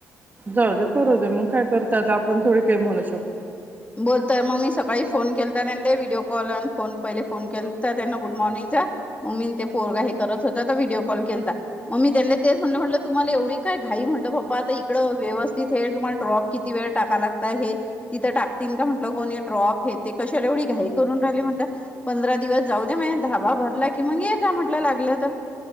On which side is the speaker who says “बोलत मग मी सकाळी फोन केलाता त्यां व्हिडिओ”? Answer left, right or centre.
Left